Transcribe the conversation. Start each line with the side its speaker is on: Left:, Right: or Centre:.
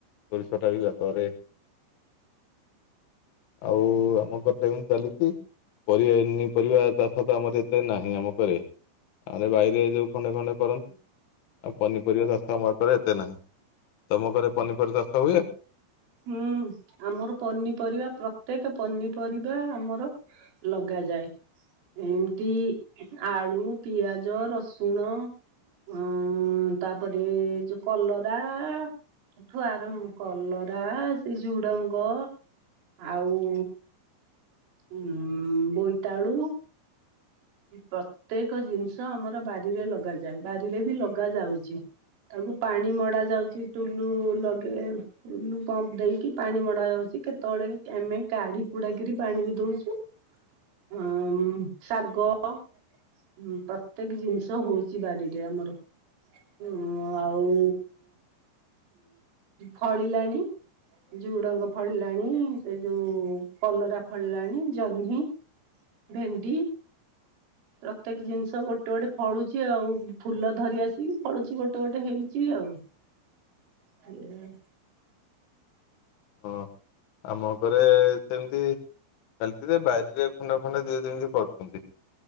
Left: ସୋରିଷ ଟା ବି ବର୍ଷାରେ ଆଉ ଆମ ଘରତ ଏମିତି ଚାଲିଚି। ପରିବା ଏନିୟ ପରିବା ଚାଷ ତ ଆମର ଏତେ ନାହିଁ ଆମ ପରେ। ଆମ ବାଇରେ ଯୋଉ ଖଣ୍ଡେ ଖଣ୍ଡେ କରନ୍ତି। ଆଉ ପନିପରିବା ଚାଷ ଆମରେ ଏତେ ନାହିଁ। ତମ ଘରେ ପନିପରିବା ଚାଷ ହୁଏ?
Right: ହୁଁ--ଆମର ପନିପରିବା ପ୍ରତ୍ୟେକ ପନିପରିବା ଆମର ଲଗାଯାଏ। ଏମତି ଆଳୁ, ପିଆଜ, ରସୁଣ। ଅଁ ତାପରେ ଯୋଉ କଲରା। ସେଠୁ ଆରମ୍ କଲ ରା ସେଇ ଝୁଡଙ୍ଗ ଆଉ ଉଁ ବୋଇତାଳୁ। ପ୍ରତ୍ୟେକ ଜିନିଷ ଆମର ବାରିରେ ଲଗାଯାଏ। ବାରିରେ ବି ଲଗା ଯାଉଚି। ତାକୁ ପାଣି ମଡା ଯାଉଚି ଟୁଲୁ ଲଗେଇଲେ ପମ୍ପ ଦେଇକି ପାଣି ମଡା ହୋଉଚି କେ ତଳେ କେ ଆମେ କାଢି କୁଡାକିରି ପାଣି ବି ଦୋଉଚୁ। ଅଁ ଶା ଗ ପ୍ରତ୍ୟେକ ଜିନିଷ ହୋଉଛି ବାଡ଼ିରେ ଆମର। ଉଁ ଆଉ ଫଳିଲାଣି। ଝୁଡଙ୍ଗ ଫଳିଲାଣି ସେ ଯୋଉ କଲରା ଫଳିଲାଣି, ଜହ୍ନି। ଭେଣ୍ଡି।
Left: <inaudible>
Right: ପ୍ରତ୍ୟେକ ଜିନିଷ ଗୋଟେ ଗୋଟେ ଫଳୁଚି ଆଉ ଫୁଲ ଧରି ଆସିକି ଫଳୁଚି ଗୋଟେ ଗୋଟେ ହେଇଚି ଆଉ।
Left: <inaudible>
Right: ହୁଁ।
Left: ଅଁ ଆମ ଉପରେ ସେମିତି <unintelligible> ବାରିରେ ଖୁଣ୍ଡା ଫୁଣ୍ଡା ଦିଏ ଯେମିତି କରୁଚନ୍ତି।